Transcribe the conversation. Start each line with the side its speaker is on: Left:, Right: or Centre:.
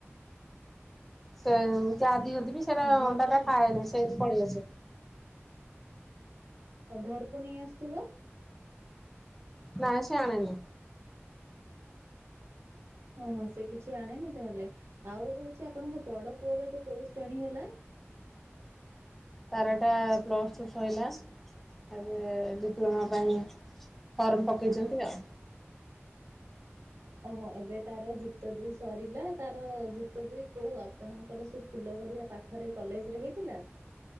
Centre: ସେ ଯା ଦିଅ ଯି ସେଟ
Right: ଅ,
Centre: ଅଣ୍ଡା
Right: ଘରକୁ
Centre: ଟା
Right: ନ-
Centre: ଖାଏନି ସେଇି ପଳେଇଆସେ
Right: ଆଉ ଘରକୁ ନେଇ ଆସୁଥିବ।
Centre: ନାଁଇ ସିଏ ଆଣେନି।
Right: ଓହୋ ସେ କିଛି ଆଣିନି ତାହେଲେ ଆଉ ହଉଚି ଆପ ଆପଣଙ୍କ ବଡ ପୁଅର ଏବେ କୋଉ ଶେ ଶ୍ରେଣୀ ହେଲା
Centre: ତାର ଇଟା ପ୍ଲସ ଟୁ ସଇଲା। ଆଉ ଏଵେ ଡିପ୍ ପୂରଣ ପାଇଁ ଫର୍ମ ପକେଇଛନ୍ତି ଆଉ
Right: ଓହୋ ଏବେ ତାର ଜୁତ ଦୁଇ ସରିଲା ତାର ଜୁତ ଦୁଇ କୋଉ ଆପଣଙ୍କର ସେ ଫୁଲ ଗଡିଆ ପାଖରେ କଲେଜରେ ହେଇଥିଲା।।